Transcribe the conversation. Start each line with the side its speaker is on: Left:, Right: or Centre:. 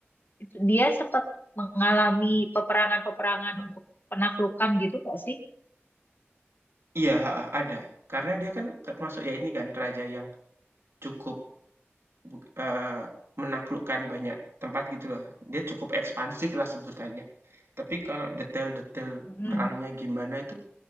Left: itu Dia sempat mengalami peperangan-peperangan untuk penaklukan gitu nggak sih?
Right: Iya, ada. Karena dia kan termasuk ya ini kan raja yang cukup buk eee, menaklukkan banyak tempat gitu loh, dia cukup ekspansif lah sebutannya. Tapi kalau detail-detail
Left: Mm-mm.
Right: perangnya gimana itu